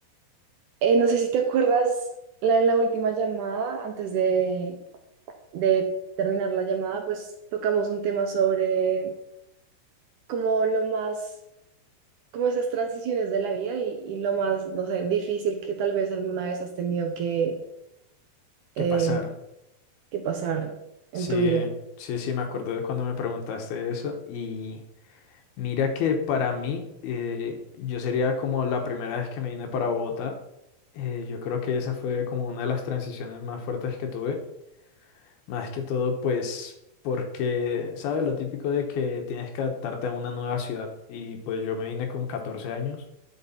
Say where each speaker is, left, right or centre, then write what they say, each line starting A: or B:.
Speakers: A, on the right (about 75°); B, on the left (about 70°).
A: Eh, no sé si te acuerdas, la, en la última llamada, antes de, de terminar la llamada, pues tocamos un tema sobre como lo más, como esas transiciones de la vida y, y lo más, no sé, difícil que tal vez alguna vez has tenido que,
B: ¿Qué
A: eh,
B: pasar?
A: que pasar en
B: Sí,
A: tu vida.
B: sí, sí, me acuerdo de cuando me preguntaste eso. Y mira que para mí, eh, yo sería como la primera vez que me vine para Bogotá. eh, yo creo que esa fue como una de las transiciones más fuertes que tuve. Más que todo, pues, porque, ¿sabes? Lo típico de que tienes que adaptarte a una nueva ciudad. Y pues yo me vine con 14 años.